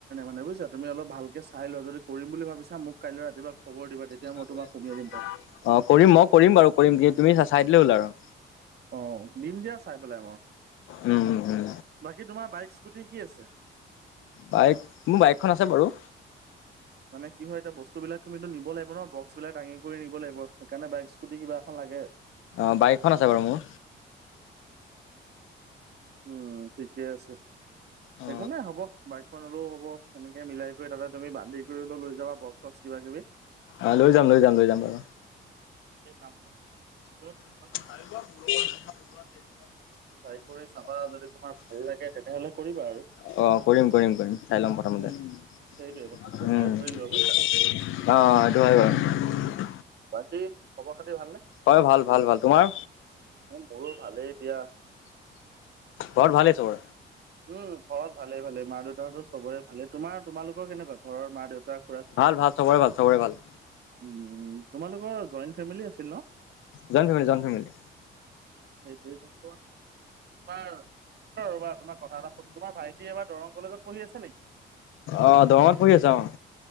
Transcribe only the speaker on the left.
কিবা
গৈ
আছে
<inaudible> অ' মই কৰিম মই কৰিম বাৰু কৰিম কি, তুমি চাই দিলে হ'ল আৰু।
উম উম উম
বাইক, মোৰ বাইকখন আছে বাৰু।
অ 'বাইকখনৰ সলনি।
অ
আ, লৈযাম, লৈযাম, লৈ, যামগৈ।
আহি যাওক ল'ৰা ট্ৰেইনিংত আহি
<inaudible>
<unintelligible>
অ
'কৰিম
কৰিম
কৰিম চাই ল'ম প্ৰথমতে।
এইটোৱে
টো,
উম
<inaudible>
অ'অ, এইটো হয় বাৰু।
হয় ভাল ভাল ভাল তোমাৰ
ঘৰত ভালেই তোৰ।
ভাল ভাল সবৰে ভাল, সবৰে ভাল।
Joint family, joint family.
অ' দৰংত পঢ়ি আছা অ'।